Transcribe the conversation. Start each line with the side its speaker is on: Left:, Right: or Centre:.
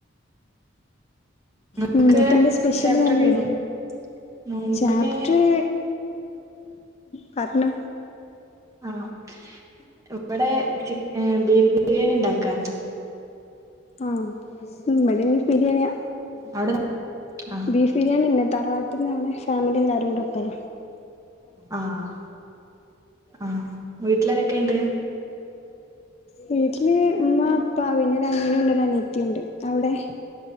Right: നിങ്ങക്ക്
Left: ഉം ഇന്നട്ട് എന്താ സ്പെഷ്യല്
Right: ചാപ്റ്റർ
Left: വാവെ
Right: കഴിഞ്ഞോ നോമ്പിന്
Left: ചാപ്റ്റർ പറഞ്ഞോ
Right: ആഹ് ഇവിടെ ചിക്ക ഏഹ് ബീഫ് ബിരിയാണി ഉണ്ടാക്കാരുന്നു
Left: ആഹ് ഇവിടിം ബീഫ് ബിരിയാണിയ
Right: അവിടെ എ ആഹ്
Left: ബീഫ് ബിരിയാണിന്നെ തറവാട്ട്ന്നാണ് ഫാമിലി എല്ലാവാരും കൂടെ ഒപ്പര
Right: ആഹ് ആഹ് വീട്ടിലാരൊക്കെയുണ്ട്
Left: വീട്ടില് ഉമ്മ ഇപ്പാ പിന്നെരു അനീയനുണ്ട് അനീത്തി ഉണ്ട് അവിടെ